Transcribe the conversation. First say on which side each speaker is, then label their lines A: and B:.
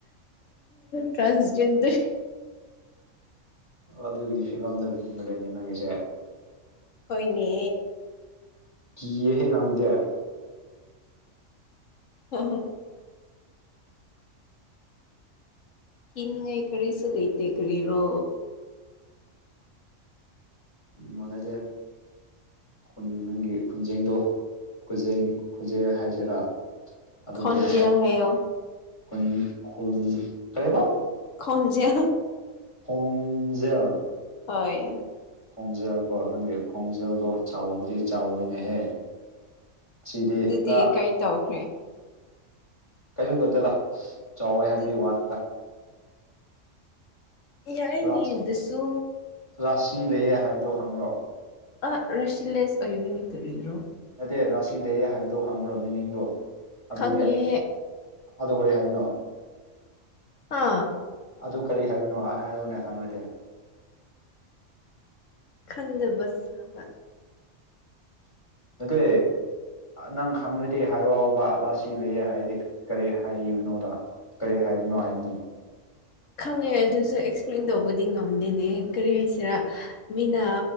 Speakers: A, on the left; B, on the left.
A: ꯇ꯭ꯔꯥꯟꯁꯖꯦꯟꯗꯔ꯫
B: ꯑꯣ ꯑꯗꯨꯒꯤ ꯐꯤꯕꯝꯗꯨ ꯂꯨꯕ ꯂꯩꯅꯦ ꯅꯪꯒꯤꯁꯦ
A: ꯍꯣꯏꯅꯦ
B: ꯀꯌꯦ ꯍꯦ ꯅꯪꯃꯨꯗꯤ
A: ꯍꯝ ꯍꯝ ꯀꯤꯅꯤꯡꯉꯥꯏ ꯀꯔꯤꯁꯨ ꯂꯩꯇꯦ ꯀꯔꯤꯔꯣ꯫
B: ꯃꯅꯗꯦ ꯎꯝ ꯅꯪꯒꯤ ꯈꯨꯟꯖꯦꯡꯗꯣ ꯈꯨꯖꯩꯡ ꯈꯨꯖꯩ ꯍꯥꯏꯁꯤꯔꯥ ꯑꯗꯨꯗ
A: ꯈꯣꯟꯖꯦꯜ
B: ꯈꯔ
A: ꯍꯥꯏꯌꯣ
B: ꯑꯩꯈꯣꯏ ꯍꯔꯦꯕ
A: ꯈꯣꯟꯖꯦꯜ
B: ꯍꯣꯡꯖꯦꯜ
A: ꯍꯣꯏ꯫
B: ꯈꯣꯡꯖꯦꯜꯀꯣ ꯅꯪꯒꯤ ꯈꯣꯡꯖꯦꯜꯗꯣ ꯆꯥꯎꯕꯨꯗꯤ ꯆꯥꯎꯅꯍꯦꯛ ꯑꯁꯤꯗꯤ
A: ꯑꯗꯨꯗꯤ
B: ꯈꯔ
A: ꯀꯩ ꯇꯧꯈ꯭ꯔꯦ
B: ꯀꯩꯁꯨ ꯇꯧꯗꯦꯗ ꯆꯥꯎꯋꯦ
A: ꯑꯗꯨ
B: ꯍꯥꯏꯕꯤꯌꯨ ꯋꯥꯅꯤ
A: ꯌꯥꯏꯅꯦ
B: ꯔꯥꯁꯤ
A: ꯑꯗꯨꯁꯨ
B: ꯔꯥꯁꯤ ꯂꯩꯌꯦ ꯍꯥꯏꯕꯗꯣ ꯈꯪꯕ꯭ꯔꯣ
A: ꯑ ꯔꯁꯤꯂꯦꯁ ꯍꯕꯅꯤ ꯇꯨꯔꯣ
B: ꯅꯗꯦ ꯔꯥꯁꯤ ꯂꯩꯌꯦ ꯍꯥꯏꯕꯗꯣ ꯈꯪꯕ꯭ꯔꯣ ꯃꯤꯅꯤꯡꯗꯣ ꯑꯗꯨꯒꯤ
A: ꯈꯪꯉꯦꯍꯦ
B: ꯑꯗꯣ ꯀꯔꯤ ꯍꯥꯏꯕꯅꯣ
A: ꯑꯥ
B: ꯑꯗꯨ ꯀꯔꯤ ꯍꯥꯏꯕꯅꯣ ꯍꯥꯏꯔꯨꯅꯦ ꯈꯪꯅꯗꯦ
A: ꯈꯟꯗꯕ ꯁꯥꯕ
B: ꯅꯠꯇꯦ ꯅꯪ ꯈꯪꯂꯗꯤ ꯍꯥꯏꯔꯛꯑꯣꯕ ꯔꯥꯁꯤ ꯂꯩꯌꯦ ꯍꯥꯏꯗꯤ ꯀꯔꯤ ꯍꯥꯏꯕꯅꯣꯗ ꯀꯔꯤ ꯍꯥꯏꯕꯅꯣ ꯍꯥꯏꯕꯅꯤ
A: ꯈꯪꯉꯦ ꯑꯗꯨꯁꯨ ꯑꯦꯛꯁꯄ꯭ꯂꯦꯟ ꯇꯧꯕꯗꯤ ꯉꯝꯗꯦꯅꯦ ꯀꯔꯤ ꯍꯥꯏꯁꯤꯔꯥ ꯃꯤꯅ